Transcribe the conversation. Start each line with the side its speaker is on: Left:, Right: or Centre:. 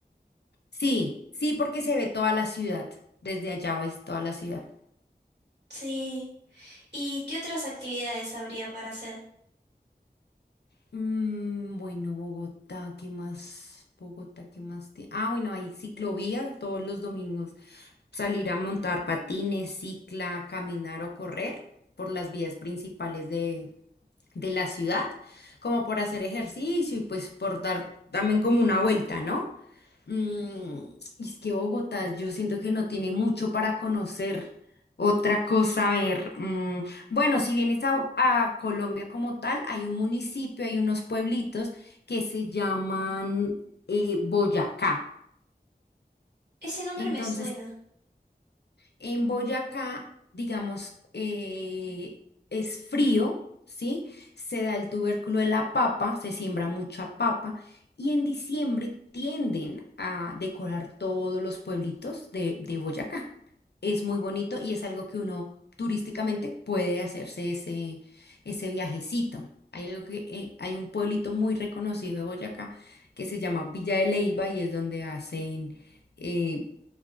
Left: Sí, sí, porque se ve toda la ciudad. Desde allá ves toda la ciudad.
Right: Sí. ¿Y qué otras actividades habría para hacer?
Left: Mm, bueno, Bogotá, ¿qué más? Bogotá, ¿qué más? tie- Ah, bueno, hay ciclovía todos los domingos. Salir a montar patines, cicla, caminar o correr por las vías principales de de la ciudad, como por hacer ejercicio y pues por dar también como una vuelta, ¿no? Mm, y es que Bogotá, yo siento que no tiene mucho para conocer. Otra cosa, a ver, mm, bueno, si vienes a, a Colombia como tal, hay un municipio, hay unos pueblitos que se llaman eh, Boyacá.
Right: Ese nombre
Left: Entonces
Right: me suena.
Left: en Boyacá, digamos, eh, es frío, ¿sí? Se da el tubérculo de la papa, se siembra mucha papa y en diciembre tienden a decorar todos los pueblitos de, de Boyacá. Es muy bonito y es algo que uno turísticamente puede hacerse ese, ese viajecito. Hay algo que, eh, hay un pueblito muy reconocido de Boyacá que se llama Villa de Leyva y es donde hacen, eh,